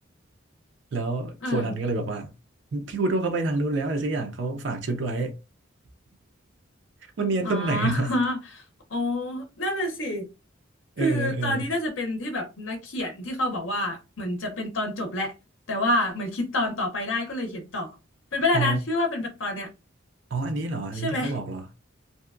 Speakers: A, on the right; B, on the left.
A: แล้วโคนันก็เลยบอกว่า
B: เออ
A: พี่คูโดเขาไปทางนู้นแล้วอะไรสักอย่างเขาฝากชุดไว้มันเนียนตรงไหนนะ
B: อ่า <laughs> อ๋อนั่นน่ะสิ
A: เออเออ
B: คือตอนนี้น่าจะเป็นที่แบบนักเขียนที่เขาบอกว่าเหมือนจะเป็นตอนจบแหละแต่ว่าเหมือนคิดตอนต่อไปได้ก็เลยเขียนต่อ เป็นไปได้นะชื่อว่าเป็นแบบตอนเนี้ย
A: อ๋ออ๋ออันนี้เหรออันนี้ที่เขาบอกเหรอ
B: ใช่ไหม